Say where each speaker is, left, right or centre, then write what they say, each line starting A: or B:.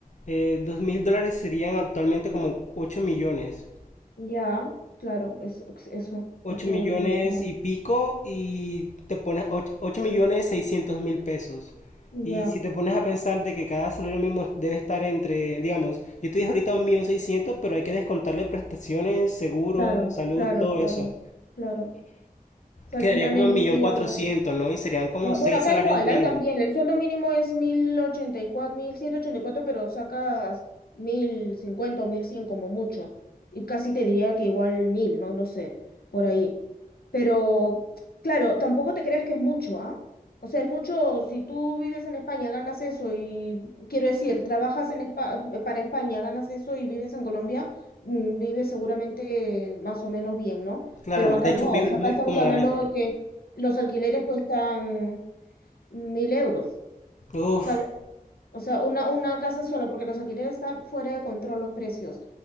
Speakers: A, on the left; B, on the left.
A: eh, 2.000 dólares serían actualmente como 8 millones.
B: Ya, claro, es, eso,
A: ocho
B: 8
A: millones
B: o 10 veces más.
A: y pico y te pones 8 millones 600 mil pesos.
B: Ya,
A: Y si te pones a pensar de que cada salario mínimo debe estar entre, digamos, yo te dije ahorita un millón seiscientos pero hay que descontarle prestaciones, seguro,
B: claro,
A: salud,
B: claro,
A: todo
B: claro,
A: eso.
B: claro. O sea,
A: Quedaría
B: al final
A: como
B: el
A: un
B: líquido...
A: millón cuatrocientos ¿no? Y serían como
B: ya,
A: seis
B: Bueno, acá
A: salarios
B: igual,
A: mínimos.
B: ¿ah? También el sueldo mínimo es mil mil ochenta ochenta y cuatro mil ciento ochenta y cuatro pero sacas 1050 o 1100 como mucho. Y casi te diría que igual mil no lo sé, por ahí. Pero, claro, tampoco te creas que es mucho, ¿ah? O sea, es mucho, si tú vives en España, ganas eso y, quiero decir, trabajas en Espa- para España, ganas eso y vives en Colombia, mm, vives seguramente más o menos bien, ¿no?
A: Claro,
B: Pero acá
A: de hecho
B: no,
A: vives
B: o sea,
A: muy
B: acá estamos
A: cómodamente.
B: hablando de que los alquileres cuestan mil euros,
A: Uf,
B: ¿sabes? O sea, una, una casa sola, porque los alquileres están fuera de control los precios.